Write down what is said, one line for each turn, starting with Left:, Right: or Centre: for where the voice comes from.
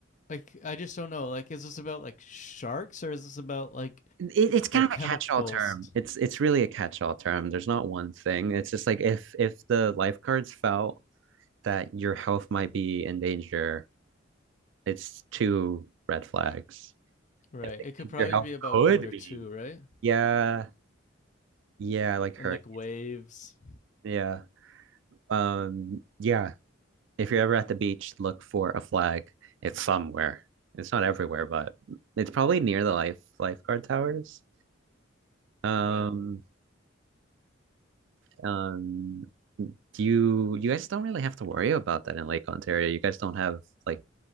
Left: like I just don't know. Like, is this about like sharks or is this about like
Right: it, it's kind
Left: like
Right: of
Left: chemicals?
Right: a catch-all term. It's it's really a catch-all term. There's not one thing. It's just like if if the lifeguards felt that your health might be in danger, it's two red flags.
Left: Right.
Right: If they
Left: It could
Right: think
Left: probably
Right: your health
Left: be about
Right: could
Left: weather
Right: be,
Left: too, right?
Right: yeah, yeah, like hurricane.
Left: And like waves.
Right: Yeah. Um, yeah, if you're ever at the beach, look for a flag. It's somewhere. It's not everywhere, but it's probably near the life lifeguard towers. Um,
Left: Right.
Right: um, you you guys don't really have to worry about that in Lake Ontario. You guys don't have like